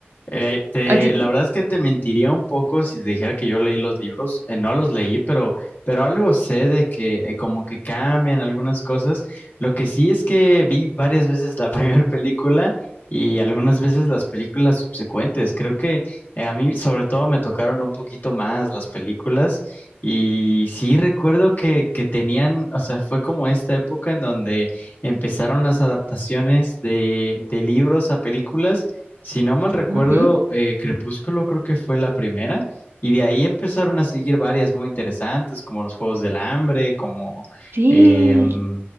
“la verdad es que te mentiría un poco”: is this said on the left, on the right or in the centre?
Left